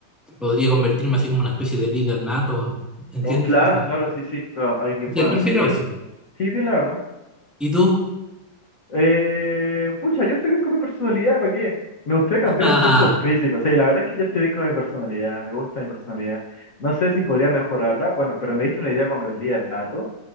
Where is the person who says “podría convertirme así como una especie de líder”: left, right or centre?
Centre